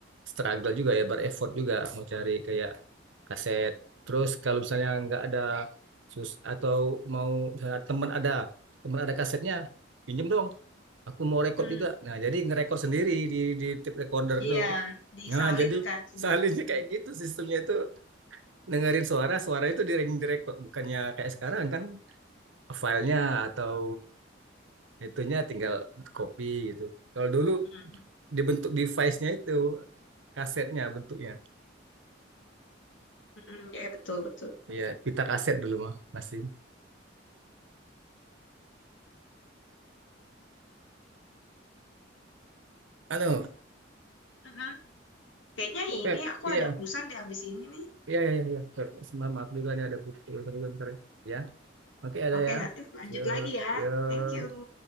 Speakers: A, on the right (about 75°); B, on the left (about 75°).
A: struggle juga ya bereffort juga mau cari kayak kaset terus kalau misalnya nggak ada sus atau mau misalnya teman ada teman ada kasetnya pinjem dong aku mau rekod
B: Mm.
A: juga nah jadi ngerekod sendiri di di tape recorder
B: Iya,
A: tuh
B: disalinkan
A: nah jadi
B: sendiri.
A: salinnya
B: Mm.
A: <laughs> kayak gitu sistemnya itu dengerin suara suara itu di direkod bukannya kayak sekarang kan filenya atau itunya tinggal copy gitu kalau dulu
B: Mm.
A: dibentuk device-nya itu kasetnya bentuknya.
B: Mm. Iya, betul betul.
A: Iya, pita kaset dulu mah masih. Halo,
B: Mm-mm. Kayaknya
A: Pep.
B: ini aku
A: Iya,
B: ada urusan deh habis ini nih.
A: iya, iya, iya. iya, Pep. Semua maaf juga nih ada buku. Tadi bentar bentar, ya. Ya, Oke ada
B: Oke,
A: ya.
B: nanti lanjut
A: Yuk,
B: lagi ya.
A: yuk.
B: Thank you.